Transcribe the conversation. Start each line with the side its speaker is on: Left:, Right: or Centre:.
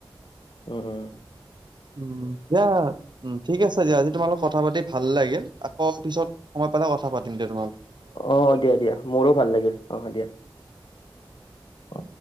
Left: উম উম
Right: উম, দিয়া উম ঠিক আছে দিয়া আজি তোমালত কথা পাতি ভাল লাগে। আকৌ পিছত সময় পালে কথা পাতিম দে।
Left: আহ দিয়া, দিয়া মোৰো ভাল লাগিল আহ দিয়া। অ